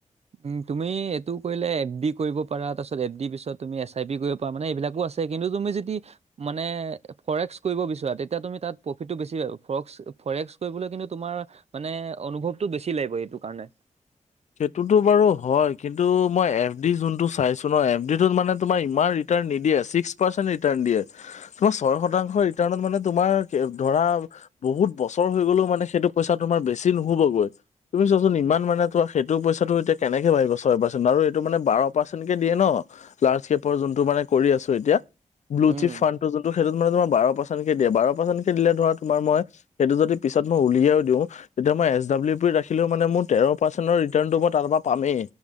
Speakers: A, on the right (about 55°); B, on the left (about 70°).
A: উ তুমি এইটো কৰিলে এফ বি কৰিব পাৰা তাৰ পিছত এফ বি পিছত তুমি এছ আই পি কৰিব পাৰা মানে এইবিলাকো আছে। কিন্তু তুমি যদি মানে ফৰেক্স কৰিব বিচৰা তেতিয়া তুমি তাত প্ৰফিত টো বেছি আৰু ফক্স। ফৰেক্স কৰিবলৈ কিন্তু তোমাৰ মানে অনুভৱটো বেছি লাগিব এইটো কাৰণে।
B: সেইটোতো বাৰু হয় কিন্তু মই এফ ডি যোনটো চাইছো ন এফ ডি টোত মানে তোমাৰ ইমান ৰি কাৰ-ণ নিদিয়ে ছিক্স পাৰ্চেণ্ট ৰিৰ্টান দিয়ে তোমাক ছয় শতাংশ ৰিৰ্টানত মানে তোমাৰ কে ধৰা বহুত বছৰ হৈ গলেও মানে সেইটো পইচা তোমাৰ বেছি নহবগৈ তুমি চোৱাচোন ইমান মানে তো সেইটো পইচা টো এতিয়া কেনেকে বাঢ়িব ছয় পাৰ্চেণ্ট বাৰু এইটো মানে বাৰ পাৰ্চেণ্ট কে দিয়ে ন লাৰ্জ কেপৰ যোনটো মা কৰি আছো এতিয়া ব্লুশ্বিপ
A: উম
B: ফানটো যোনটো। সেইটোনো তোমাৰ বাৰ পাৰ্চেন্ট কে দিয়ে বাৰ পাৰ্চেণ্ট কে দিলে ধৰা তোমাৰ মই সেইটো যদি পিছত মই উলিয়াও দিওঁ। তেতিয়া মই এছ ডাব্লিউ পি ৰাখিলো মানে মোৰ তেৰ পাৰ্চেণ্টৰ ৰিৰ্টানটো মই তাৰ পৰা পামেই।